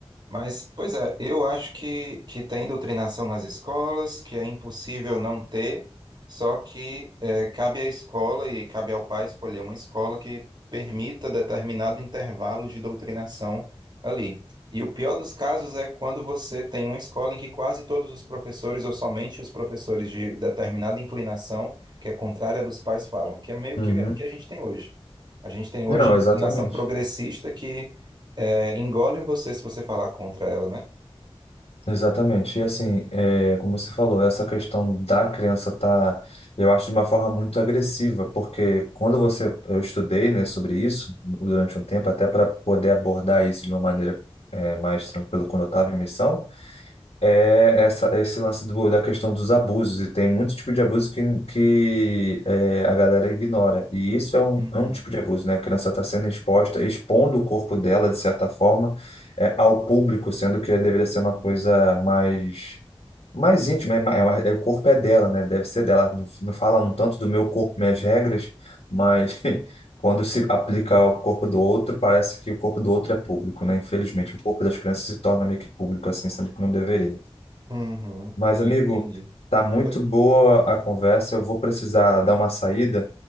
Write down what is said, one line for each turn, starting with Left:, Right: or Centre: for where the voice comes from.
Right: Mas, pois é, eu acho que, que tem doutrinação nas escolas, que é impossível não ter, só que eh, cabe à escola e cabe ao pai escolher uma escola que permita determinado intervalo de doutrinação ali. E o pior dos casos é quando você tem uma escola em que quase todos os professores, ou somente os professores de determinada inclinação, que é contrária dos pais, falam, que é meio
Left: Uhum.
Right: que, que a gente tem hoje. A gente tem
Left: Não,
Right: hoje
Left: exatamente.
Right: inclinação progressista que é, engole você se você falar contra ela, né?
Left: Exatamente. E assim, é, como você falou, essa questão da criança tá, eu acho, de uma forma muito agressiva, porque quando você, eu estudei, né, sobre isso durante um tempo, até para poder abordar isso de uma maneira, é, mais tranquila quando eu estava em missão, é essa, esse lance do- da questão dos abusos, e tem muito tipo de abuso que, que é, a galera ignora. E isso é um,
Right: Uhum.
Left: é um tipo de abuso, né? A criança está sendo exposta, expondo o corpo dela, de certa forma, é, ao público, sendo que deveria ser uma coisa mais, mais íntima, é, ma- é uma- é- o corpo é dela, né? Deve ser dela. Não, não fala um tanto do meu corpo, minhas regras, mas <laughs> quando se aplica ao corpo do outro, parece que o corpo do outro é público, né? Infelizmente, o corpo das crianças se torna meio que público, assim, sendo que não deveria.
Right: Uhum,
Left: Mas,
Right: eu
Left: amigo,
Right: entendi.
Left: tá muito
Right: Pe-
Left: boa a conversa. Eu vou precisar dar uma saída.